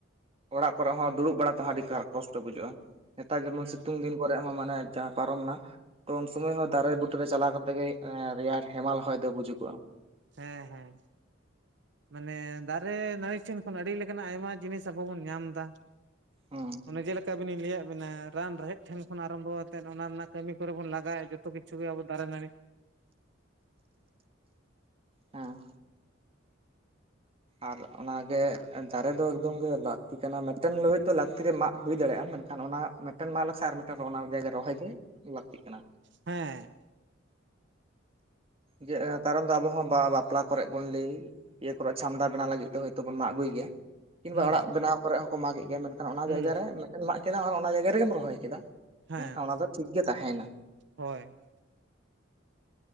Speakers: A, on the right; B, on the right.
A: ᱚᱲᱟᱜ ᱠᱚᱨᱮ ᱦᱚᱸ ᱫᱩᱲᱩᱵ ᱵᱟᱲᱟ ᱛᱟᱦᱮᱸ ᱟᱹᱰᱤ ᱠᱟᱨ ᱠᱚᱥᱴᱚ ᱵᱩᱡᱷᱟᱹᱜᱼᱟ ᱱᱮᱛᱟᱨ ᱡᱮᱢᱚᱱ
B: ᱦᱩᱸ
A: ᱥᱤᱛᱩᱝ ᱫᱤᱱ ᱠᱚᱨᱮ ᱦᱚᱸ ᱢᱟᱱᱮ ᱡᱟᱦᱟᱸ ᱯᱟᱨᱚᱢᱱᱟ ᱛᱚ ᱩᱱ ᱥᱚᱢᱚᱭ ᱦᱚᱸ ᱫᱟᱨᱮ ᱵᱩᱴᱟᱹ ᱨᱮ ᱪᱟᱞᱟᱣ ᱠᱟᱛ ᱛᱮᱜᱮ ᱮᱸ ᱨᱮᱭᱟᱲ ᱦᱮᱢᱟᱞ ᱦᱚᱭ ᱫᱚ ᱵᱩᱡᱩᱠᱚᱜᱼᱟ᱾
B: ᱦᱮᱸ ᱦᱮᱸ᱾ ᱢᱟᱱᱮ ᱫᱟᱨᱮ ᱱᱟᱹᱲᱤ ᱴᱷᱮᱱ ᱠᱷᱚᱱ ᱟᱹᱰᱤ ᱞᱮᱠᱟᱱᱟᱜ ᱟᱭᱢᱟ ᱡᱤᱱᱤᱥ ᱟᱵᱚ ᱵᱚᱱ ᱧᱟᱢ ᱫᱟ᱾
A: ᱦᱩᱸ
B: ᱚᱱᱮ ᱡᱮᱞᱮᱠᱟ ᱟᱹᱵᱤᱱᱤᱧ ᱞᱟᱹᱭᱟᱜ ᱵᱤᱱᱟ ᱨᱟᱱ ᱨᱮᱦᱮᱜ ᱴᱷᱮᱱ ᱠᱷᱚᱱ ᱟᱨᱟᱢᱵᱚᱣ ᱟᱛᱮᱫ ᱚᱱᱟ ᱨᱮᱱᱟᱜ ᱠᱟᱹᱢᱤ ᱠᱚᱨᱮ ᱵᱚᱱ ᱞᱟᱜᱟᱭᱟ ᱡᱚᱛᱚ ᱠᱤᱪᱷᱩ ᱜᱮ ᱟᱵᱚ ᱫᱟᱨᱮ ᱱᱟᱹᱲᱤ
A: ᱦᱮᱸ᱾ ᱟᱨ ᱚᱱᱟᱜᱮ ᱫᱟᱨᱮ ᱫᱚ ᱮᱠᱫᱚᱢ ᱜᱮ ᱞᱟᱹᱠᱛᱤ ᱠᱟᱱᱟ ᱢᱤᱫᱴᱮᱱ ᱞᱟᱹᱠᱛᱤ ᱫᱚ ᱢᱟᱜ ᱦᱩᱭ ᱫᱟᱲᱮᱭᱟᱜᱼᱟ ᱢᱮᱱ ᱠᱷᱟᱱ ᱚᱱᱟ ᱢᱤᱫᱴᱮᱱ ᱢᱟᱜ ᱞᱮᱠᱷᱟᱱ ᱟᱨ ᱢᱤᱫᱴᱮᱱ ᱚᱱᱟ ᱡᱟᱭᱜᱟ ᱨᱚᱦᱚᱭ ᱜᱮ ᱞᱟᱹᱠᱛᱤᱜ ᱠᱟᱱᱟ᱾
B: ᱦᱮᱸ᱾
A: ᱡᱮ ᱠᱟᱨᱚᱱ ᱫᱚ ᱟᱵᱚ ᱦᱚᱸ ᱵᱟ ᱵᱟᱯᱞᱟ ᱠᱚᱨᱮᱜ ᱵᱚᱱ ᱞᱟᱹᱭ᱾ ᱤᱭᱟᱹ ᱠᱚᱨᱮ ᱪᱷᱟᱢᱰᱟ ᱵᱮᱱᱟᱣ ᱞᱟᱹᱜᱤᱫ ᱛᱚ ᱦᱳᱭᱛᱳ ᱵᱚᱱ ᱢᱟᱜ ᱟᱹᱜᱩᱭ ᱜᱮᱭᱟ᱾ ᱠᱤᱢᱵᱟ
B: ᱦᱩᱸ
A: ᱚᱲᱟᱜ ᱵᱮᱱᱟᱣ ᱠᱚᱨᱮ ᱦᱚᱸᱠᱚ ᱢᱟᱜᱮᱜ ᱜᱮᱭᱟ ᱢᱮᱱᱠᱷᱟᱱ ᱚᱱᱟ
B: ᱦᱩᱸ
A: ᱡᱟᱭᱜᱟ ᱨᱮ ᱢᱤᱫᱴᱮᱱ ᱢᱟᱜ ᱠᱮᱫᱟᱢ ᱟᱨ ᱚᱱᱟ ᱡᱟᱭᱜᱟ, ᱨᱮᱜᱮᱢ ᱨᱚᱦᱚᱭ ᱠᱮᱫᱟ
B: ᱦᱮᱸ
A: ᱢᱮᱱᱠᱷᱟᱱ ᱚᱱᱟ ᱫᱚ ᱴᱷᱤᱠ ᱜᱮ ᱛᱟᱦᱮᱸᱭᱮᱱᱟ᱾
B: ᱦᱳᱭ᱾